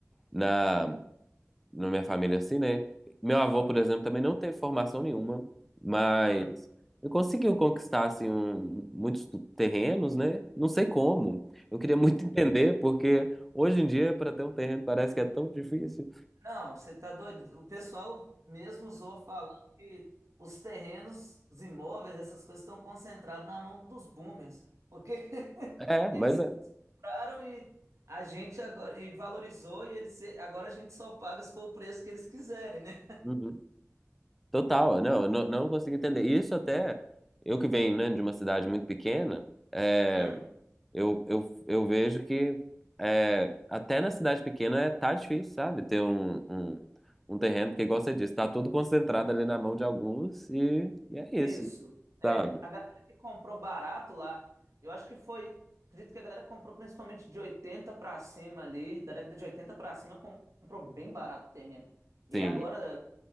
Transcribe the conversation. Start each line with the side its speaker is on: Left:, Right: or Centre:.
Centre: na, na minha família, assim, né? Meu avô, por exemplo, também não teve formação nenhuma, mas
Right: Hum.
Centre: Eu consegui conquistar assim, um- muitos terrenos, né? Não sei como. Eu queria muito entender, porque hoje em dia, para ter um terreno, parece que é tão difícil.
Right: Não, você tá doido? O pessoal mesmo usou falando que os terrenos, os imóveis, essas coisas estão concentrados na mão dos boomers, né? porque <laughs>
Centre: É,
Right: eles
Centre: mas é.
Right: compraram e a gente agora e valorizou e eles se- agora a gente só paga se for o preço que eles quiserem, né?
Centre: Uhum. Total, não, eu não, não consegui entender. Isso até, eu que venho, né, de uma cidade muito pequena, é,
Right: Hum,
Centre: eu, eu, eu vejo que é, até na cidade pequena é, tá difícil, sabe? Ter um, um, um terreno, porque igual você disse, tá tudo concentrado ali na mão de alguns e, e é
Right: isso.
Centre: isso,
Right: É,
Centre: sabe?
Right: a galera que comprou barato lá, eu acho que foi, acredito que a galera que comprou principalmente de 80 pra cima ali, da década de 80 pra cima comprou bem barato o terreno. E
Centre: Sim.
Right: aí agora